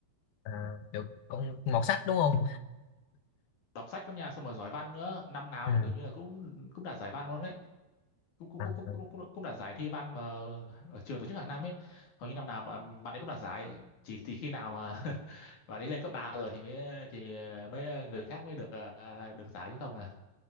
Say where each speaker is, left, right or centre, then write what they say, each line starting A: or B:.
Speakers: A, on the left; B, on the left.
A: à, kiểu con một sách đúng không
B: đọc sách lắm nha xong rồi giỏi văn nữa năm nào
A: ừ.
B: kiểu như là cũng cũng đạt giải văn luôn đấy cũng cũng
A: À.
B: cũng cũng cũng cũng, cũng đạt giải thi văn mà ở trường tổ chức hàng năm ấy hầu như năm nào mà bạn ấy cũng đạt giải chỉ chỉ khi nào mà <laughs> bạn ấy lên cấp ba rồi thì mới thì mới người khác mới được ờ, được giải chứ không là